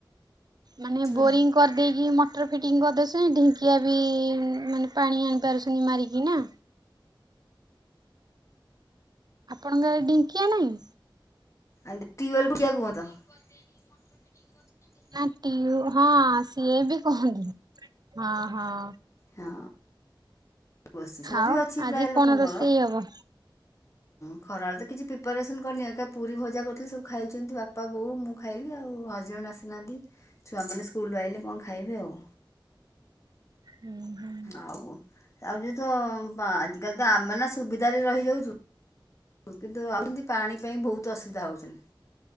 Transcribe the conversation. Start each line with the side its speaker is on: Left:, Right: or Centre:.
Right: ମାନେ
Left: ଅସୁବିଧା
Right: ବୋରିଂ କରିଦେଇକି ମଟର ଫିଟିଙ୍ଗ କରିଦେ ସେ ଢିଙ୍କିଆ ବି ମାନେ ପାଣି ଆଣିପାରୁଛନ୍ତି ମାରିକି ନା। ଆପଣଙ୍କ ଗାଁରେ ଢ଼ିଙ୍କିଆ ନାହିଁ।
Left: ଏମିତି ଟିଅଲ୍ ପକେଇବା କୁହନ୍ତ। କରିଦେଇକି ମଟର ପିଟିଙ୍ଗ କରିଦେଇକି
Right: ନା ଟିଓ ହଁ ସିଏ ବି କହନ୍ତି ହଁ ହଁ।
Left: ହଁ ବସି
Right: ଖାଅ
Left: ମୁଁ ବି ଅଛି
Right: ଆଜି
Left: ପ୍ରାୟ ଲୋକଙ୍କର
Right: କଣ ରୋଷେଇ ହବ?
Left: ଖରାବେଳେ ତ କିଛି ପ୍ରିପାରେସନ କରିନି ଏକା ପୁରୀ ଭଜା କରିଥିଲି ସବୁ ଖାଇଛନ୍ତି ବାପା ବୋଉ ମୁଁ ଖାଇଲି ଆଉ ହଜବେଣ୍ଡ ଆସିନାହାନ୍ତି ଛୁଆମାନେ ସ୍କୁଲରୁ ଆଇଲେ କଣ ଖାଇବେ ଆଉ।
Right: ହୁଁ ହୁଁ।
Left: ଆଉ ଆଉ ଯେ ତ ଆଜିକାଲି ତ ଆମେ ନା ସୁବିଧାରେ ରହିଯାଉଛୁ। କିନ୍ତୁ <unintelligible> ପାଣି ପାଇଁ ବହୁତ ଅସୁବିଧା ହଉଛନ୍ତି।